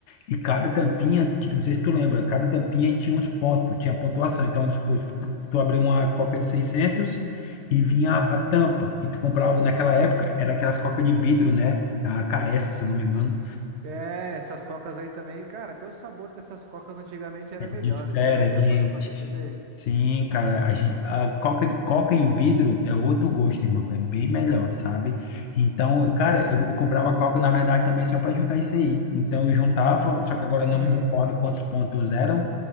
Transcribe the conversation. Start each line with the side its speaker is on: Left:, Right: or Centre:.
Left: E cada tampinha, ti- não sei se tu lembra, cada tampinha tinha uns pontos, tinha pontuação. Então, vamos supor, tu, tu abriu uma coca de 600 e vinha a tampa. E tu comprava, naquela época, era aquelas coca de vidro, né? A AKS, se eu não me engano.
Right: É, essas cocas aí também, cara, até o sabor dessas cocas antigamente era
Left: É diferente.
Right: melhor. Você já, já parou pra perceber?
Left: Sim, cara, a, gi- a coca, de- coca em vidro é outro gosto, irmão. É bem melhor, sabe? Então, cara, eu, eu comprava coca, na verdade, também só para juntar isso aí. Então, eu juntava, só que agora eu não
Right: <laughs>
Left: me recordo quantos pontos eram,